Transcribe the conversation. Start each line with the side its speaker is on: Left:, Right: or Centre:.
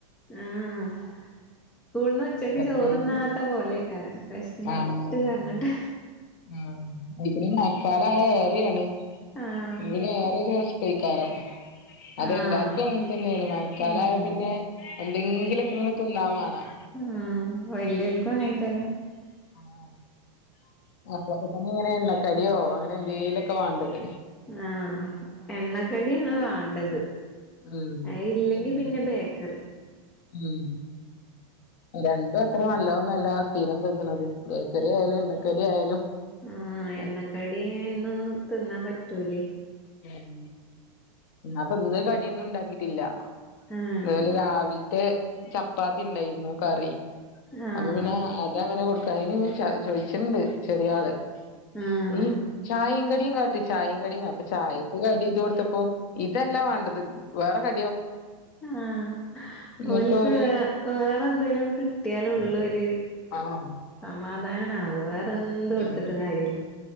Centre: ആഹ് സ്കൂള്ന്ന് ഉച്ചക്ക്
Left: പ്രത്യേകിച്ച്
Centre: ചോറിന്നാത്ത പോലെക്കാരം വിശന്നിട്ട്
Left: ആഹ്
Centre: പറഞ്ഞെട്ട്
Left: ആഹ് <unintelligible> മഴക്കാലായ ഏറയാണ്
Centre: ആഹ്
Left: പിന്നെ വേറൊരു പോയ്ക്കാരം അതെല്ലാർക്കും
Centre: ആഹ്
Left: അങ്ങനെ തന്നെയാണ് മഴക്കാലയാ
Centre: ഉം
Left: പിന്നെ എന്തെങ്കിലു ഒക്കെ ഇങ്ങനെ തിന്നാൻ വേണം
Centre: ഉം വല്യൽക്കും അങ്ങനെ തന്നെ
Left: <unintelligible> അപ്പളൊക്കെ തന്നെ ഇങ്ങനെ എണ്ണ കടിയോ അങ്ങനെ എന്തേലൊക്കെ വേണ്ടത്
Centre: ആഹ് എണ്ണക്കടിയാണ് വാണ്ടത്
Left: ഉം
Centre: അയ് ഇല്ലെങ്കി
Left: ഉം
Centre: പിന്നെ ബേക്കറി
Left: ഉം രണ്ടും അത്ര നല്ലത് ഒന്നല്ല സ്ഥിരം തിന്നണത് ബേക്കറി ആയാലും എണ്ണക്കടി ആയാലും
Centre: ആഹ് എണ്ണക്കടി
Left: ഒക്കെ
Centre: എന്നും ഒന്നും തിന്നാൻ പറ്റൂലേ
Left: ഉം ഇന്നാപ്പ ഇന്ന് കടിയൊന്നും ഉണ്ടാക്കിട്ടില്ല
Centre: ആഹ്
Left: അത്പോലെ രാവിൽത്തെ ചപ്പാത്തി ഇണ്ടായിരുന്നു കറീം
Centre: ആഹ്
Left: അപ്പൊ പിന്നെ അതങ്ങനെ കൊടുക്ക അയിന് മുൻ ചൊ ചോയിച്ചിണ്ട് ചെറിയാള്
Centre: ആഹ്
Left: എഹ് ചായേം കടീം കാട്ട് ചായേം കടീം അപ്പൊ ചായക്ക് കടി ഇത് കൊടുത്തപ്പോ ഇതല്ല വാണ്ടത് വേറെ ക
Centre: ആഹ്
Left: എന്നിട്ട്
Centre: ഓൽക്ക്
Left: ഓന്
Centre: വേറെ എന്തേലും‌ കി ട്ടിയാലേ ഉള്ളൊരു
Left: ആഹ്
Centre: സമാധാനം ആവാ വേറെന്ത് കൊടുത്തിട്ടും
Left: ഉം
Centre: കാര്യില്ല.